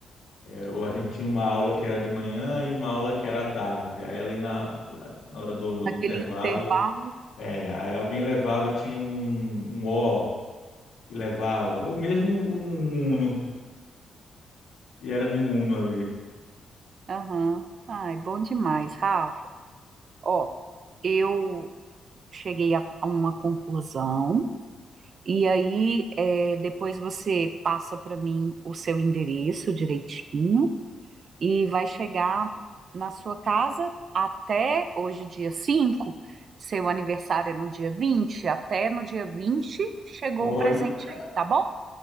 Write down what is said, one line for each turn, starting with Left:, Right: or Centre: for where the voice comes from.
Left: é, ou a gente tinha uma aula que era de manhã e uma aula que era à tarde. Aí, ali na, na hora do,
Right: Naquele
Left: do intervalo,
Right: intervalo.
Left: é, aí alguém levava, tinha um, um O e levava, ou mesmo um, um Uno, e era no Uno ali.
Right: Aham. Ai, bom demais, Rafa. Ó, eu cheguei a a uma conclusão. E aí, é, depois você passa para mim o seu endereço direitinho. e vai chegar na sua casa até hoje, dia 5. Seu aniversário é no dia 20, até no dia 20 chegou
Left: Olha,
Right: o presente aí, tá bom?